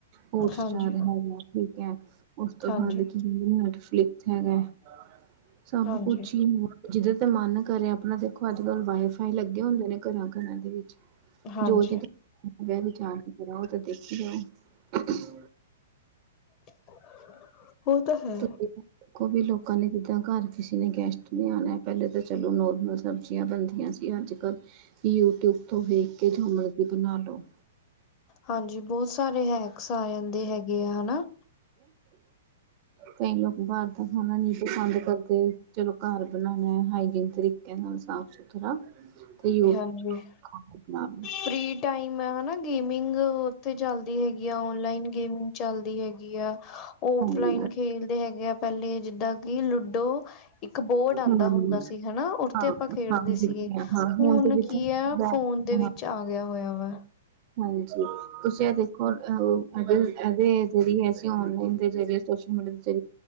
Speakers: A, on the right; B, on the left.
A: ਹੋਟਸਟਾਰ
B: ਹਾਂਜੀ।
A: ਹੈਗਾ, ਠੀਕ ਹੈ ਉਸ ਤੋਂ
B: ਹਾਂਜੀ,
A: ਬਾਅਦ ਨੈਟਫਲਿਕਸ ਹੈਗਾ, ਸਭ
B: ਹਾਂਜੀ,
A: ਕੁਛ ਹੀ ਹੈ। ਜਿਹਦੇ ਤੇ ਮਨ ਕਰੇ ਆਪਣਾ ਦੇਖੋ ਅੱਜ-ਕੱਲ ਵਾਈਫਾਈ ਲੱਗੇ ਹੁੰਦੇ ਨੇ ਘਰਾਂ-ਘਰਾਂ ਦੇ ਵਿੱਚ।
B: ਹਾਂਜੀ
A: ਜੋ <unintelligible> ਰੀਚਾਰਜ ਕਰਾਓ ਤੇ ਦੇਖੀ ਜਾਓ।
B: <inaudible>
A: <unintelligible>
B: ਹੈ।
A: ਵੀ ਲੋਕਾਂ ਨੇ ਜਿੱਦਾਂ ਘਰ ਕਿਸੇ ਨੇ ਗੈਸਟ ਨ ਆਉਣਾ ਐ, ਪਹਿਲੇ ਤਾਂ ਚਲੋ ਨੋਰਮਲ ਸਬਜ਼ੀਆਂ ਬਣਦੀਆਂ ਸੀ ਅੱਜ-ਕੱਲ ਯੂਟਿਊਬ ਤੋਂ ਵੇਖ ਕੇ ਜੋ ਮਰਜੀ ਬਣਾ ਲਉ।
B: ਹਾਂਜੀ, ਬਹੁਤ ਸਾਰੇ ਹੈਕਸ ਆ ਜਾਂਦੇ ਹੈਗੇ ਆ ਹਨਾ।
A: ਕਈ ਲੋਕ ਬਾਹਰ ਦਾ ਖਾਣਾ ਨਹੀਂ ਪਸੰਦ ਕਰਦੇ। ਚਲੋ ਘਰ ਬਣਾਣਾ ਹੈ ਹਾਈਜੀਨ ਤਰੀਕੇ ਨਾਲ ਸਾਫ਼ -ਸੁਥਰਾ। ਤੇ ਯੂ
B: ਹਾਂਜੀ।
A: ਖਾਣਾ ਬਣਾਣਾ।
B: ਫਰੀ ਟਾਈਮ ਹਨਾ ਗੇਮਿੰਗ ਉੱਥੇ ਚੱਲਦੀ ਹੈਗੀ ਆ ਓਨਲਾਈਨ ਗੇਮਿੰਗ। ਚੱਲਦੀ ਹੈਗੀ ਆ ਓਫਲਾਈਨ
A: ਹਾਂ,
B: ਖੇਲਦੇ ਹੈਗੇ ਆ ਪਹਿਲੇ ਜਿੱਦਾਂ ਕਿ ਲੂਡੋ ਇੱਕ ਬੋਰਡ ਆਉਂਦਾ
A: ਹਾਂ,
B: ਹੁੰਦਾ ਸੀ ਹਨਾ, ਉਠ
A: ਹਾਂ,
B: ਤੇ ਆਪਾਂ ਖੇਡਦੇ
A: ਹਾਂ ਵਿਕਦੀਆਂ
B: ਸੀਗੇ।
A: ਹਾਂ
B: ਹੁਣ
A: ਤੇ ਜਿੱਥੇ
B: ਕੀ ਹੈ
A: ਬੈਠ
B: ਫੋਨ ਦੇ ਵਿੱਚ
A: ਹਾਂ
B: ਆਗ ਗਿਆ ਹੋਇਆ ਵਾ।
A: ਹਾਂਜੀ, ਤੁਸੀਂ ਇਹ ਦੇਖੋ ਅਹ ਅ ਇਹਦੇ ਜਿਹੜੀ ਹੈ ਸੀ ਔਨਲਾਈਨ ਦੇ ਜਿਹੜੇ ਸੋਸ਼ਲ ਮੀਡੀ- ਤੇ